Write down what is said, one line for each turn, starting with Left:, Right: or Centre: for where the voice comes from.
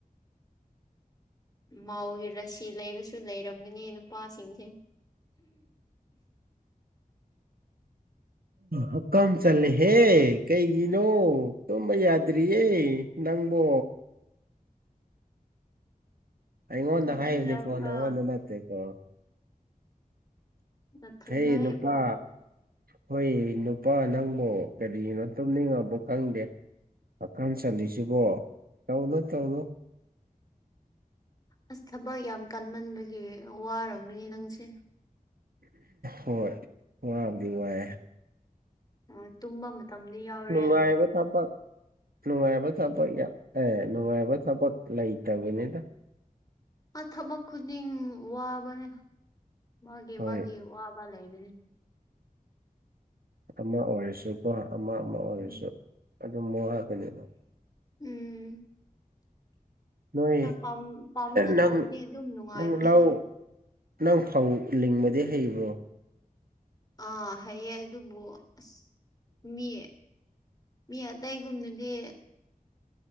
Left: ꯃꯥꯎꯒꯤ ꯔꯁꯤ ꯂꯩꯕꯁꯨ ꯂꯩꯔꯝꯒꯅꯤ ꯅꯨꯄꯥꯁꯤꯡꯁꯦ
Right: ꯍꯛꯀꯝ ꯆꯜꯂꯦꯍꯦ ꯀꯩꯒꯤꯅꯣ ꯇꯨꯝꯕ ꯌꯥꯗ꯭ꯔꯤꯌꯦ ꯅꯪꯕꯣ ꯑꯩꯉꯣꯟ
Left: ꯇꯨꯝꯅꯤꯡꯔꯕ꯭ꯔꯥ
Right: ꯍꯥꯏꯅꯤ ꯀꯣꯣꯟꯅ ꯑꯣ ꯅꯠꯇꯦ ꯀꯣ
Left: ꯅꯊꯟꯗ
Right: ꯍꯦ
Left: ꯍꯥꯏꯕ꯭ꯔꯣ
Right: ꯅꯨꯄꯥ ꯍꯣꯏ ꯅꯨꯄꯥ ꯅꯪꯕꯨ ꯀꯔꯤꯅꯣ ꯇꯨꯝꯅꯤꯡꯉꯕ ꯈꯪꯗꯦ ꯀꯥꯝ ꯆꯜꯂꯤꯁꯤꯕꯣ ꯇꯧꯅꯨ ꯇꯧꯅꯨ
Left: ꯑꯁ ꯊꯕꯛ ꯌꯥꯝ ꯀꯟꯃꯟꯕꯒꯤ ꯋꯥꯔꯝꯒꯅꯤ ꯅꯪꯁꯦ
Right: ꯍꯣꯏ ꯋꯥꯕꯨꯗꯤ ꯋꯥꯏꯑꯦ
Left: ꯑꯣ ꯇꯨꯝꯕ ꯃꯇꯝꯗꯤ ꯌꯥꯎꯔꯦ
Right: ꯅꯨꯡꯉꯥꯏꯕ ꯊꯕꯛ ꯅꯨꯡꯉꯥꯏꯕ ꯊꯕꯛ ꯑꯦ ꯅꯨꯡꯉꯥꯏꯕ ꯊꯕꯛ ꯂꯩꯇꯕꯅꯤꯗ
Left: ꯑ ꯊꯕꯛ ꯈꯨꯗꯤꯡ ꯋꯥꯕꯅꯦ ꯃꯥꯒꯤ
Right: ꯍꯣꯏ
Left: ꯃꯥꯒꯤ ꯋꯥꯕ ꯂꯩꯕꯅꯤ
Right: ꯑꯃ ꯑꯣꯏꯔꯁꯨꯀꯣ ꯑꯃ ꯑꯃ ꯑꯣꯏꯔꯁꯨ
Left: ꯎꯝ
Right: ꯑꯗꯨꯝ ꯋꯥꯈꯅꯤꯕ
Left: ꯎꯝ ꯑꯩꯈꯣꯏꯅ
Right: ꯅꯣꯏ
Left: ꯄꯥꯝ ꯄꯥꯝꯃꯒ
Right: ꯅꯪ
Left: ꯇꯧꯔꯗꯤ ꯑꯗꯨꯝ ꯅꯨꯡꯉꯥꯏꯕꯅꯤꯗ
Right: ꯅꯪ ꯂꯧ ꯅꯪ ꯐꯧ ꯂꯤꯡꯕꯗꯤ ꯍꯩꯕꯣ
Left: ꯑꯥ ꯍꯥꯏꯌꯦ ꯑꯗꯨꯕꯨ ꯑꯁ ꯃꯤ ꯃꯤ ꯑꯇꯩꯒꯨꯝꯅꯗꯤ